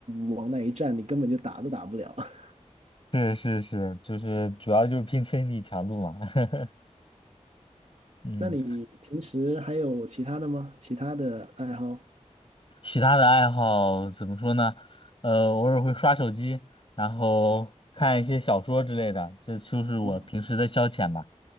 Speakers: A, on the right; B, on the left.
A: 往那一站，你根本就打都打不了。<laughs>
B: 是是是，就是主要就是拼身体强度嘛。<laughs> 嗯，
A: 那你平时还有其他的吗？其他的爱好？
B: 其他的爱好怎么说呢？呃，偶尔会刷手机，然后看一些小说之类的，这就是我平时的消遣吧。
A: 啊，